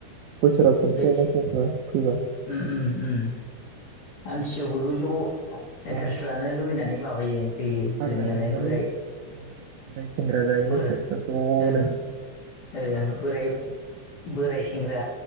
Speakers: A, on the right (about 75°); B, on the left (about 55°).
A: बोसोराव खनसे
B: जायखि
A: जायोना सोरबा सोरबा फैबा
B: उम उम मानस याव बयबो ज' एन्टारेस्ट
A: औ
B: लानो लुबैनानै माबायो जोयो
A: हाग्रा
B: जोनियालाय
A: एवनानै
B: बोराय
A: ओमफ्राय सेंग्रा जायोना
B: बोर
A: सोरबा सोरबा
B: ओ
A: ज'नो
B: ओ बोराय बोराय सेंग्रा